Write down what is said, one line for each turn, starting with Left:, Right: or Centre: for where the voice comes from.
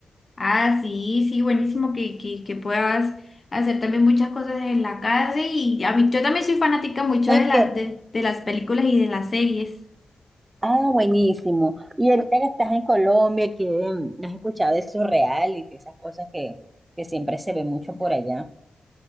Left: Ah, sí, sí, buenísimo que, que, que puedas hacer también muchas cosas en la casa y a mí, yo también soy fanática mucho
Right: Ok,
Left: de las, de, de las películas y de las series.
Right: Ah, buenísimo. Y ahorita que estás en Colombia, que mm, has escuchado de esos reality, esas cosas que, que siempre se ve mucho por allá.